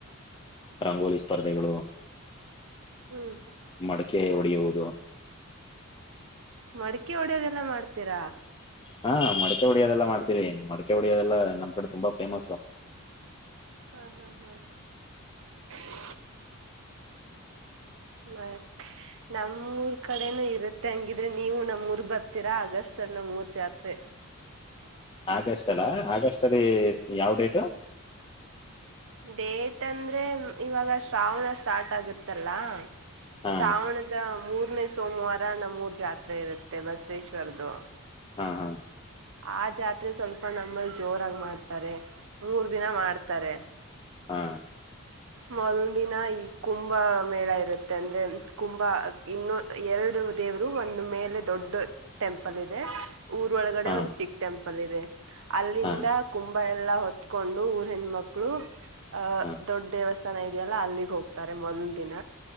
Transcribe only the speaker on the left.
ರಂಗೋಲಿ ಸ್ಪರ್ಧೆಗಳು
ಮಡಕೆ ಹೊಡಗುವುದು
ಹಾ ಮಡಕೆ ಹೊಡಿಯೋದೆಲ್ಲ ಮಾಡ್ತೀರಿ ಮಡಕೆ ಹೊಡೆಯೋದೆಲ್ಲ ನಮ್ಮ್ಡೆ ತುಂಬಾ ಫೇಮಸ್
ಆಗಸ್ಟ್ ಅಲ್ಲ ಆಗಸ್ಟ್ ಅಲ್ಲಿ ಯಾವ್ ಡೇಟು
ಹಾ
ಹಾ ಹಾ
ಹಾ
ಹಾ
ಹಾ
ಹಾ